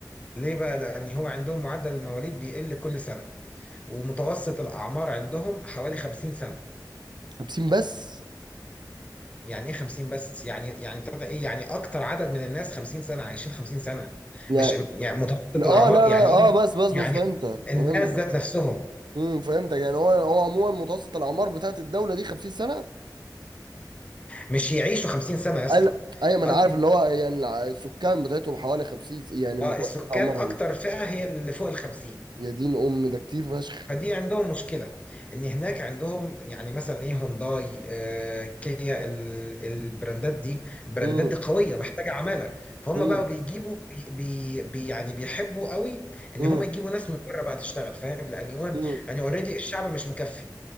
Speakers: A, on the left (about 15°); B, on the right (about 80°).
A: ليه بقى لان هو عندهم معدل المواليد بيقل كل سنه ومتوسط الأعمار عندهم حوالي 50 سنة
B: خمسين بس؟
A: يعني إيه 50 بس يعني يعني ابتدى إيه يعني أكتر عدد من الناس 50 سنة عايشين 50 سنة
B: يعني
A: مش يعني متوسط
B: اه
A: الأعمار
B: لا
A: يعني
B: لا اه
A: إيه
B: بس بس بس
A: يعني
B: فهمت
A: الناس
B: فهمت
A: ذات نفسهم
B: امم فهمتك يعني هو هو عموما متوسط الاعمار بتاعت الدوله دي 50 سنه
A: مش يعيشوا 50 سنة يا اسطى
B: قال ايوه ما انا
A: قصدي
B: عارف اللي هو يعني الع- السكان بتاعتهم حوالي 50 يعني متوسط
A: اه السكان
B: اعمارهم
A: أكتر فئة هي اللي فوق ال 50
B: يا دين ام ده كتير فشخ
A: فدي عندهم مشكلة ان هناك عندهم يعني مثلا ايه هونداي آه كيا ال- البراندات دي البراندات
B: امم
A: دي قوية محتاجة عمالة فهم
B: امم
A: بقوا بيجيبوا بي بي بي- يعني بيحبوا قوي ان
B: امم
A: هم يجيبوا ناس من بره بقى تشتغل فاهم لان يوم
B: امم
A: يعني اوريدي الشعب مش مكفي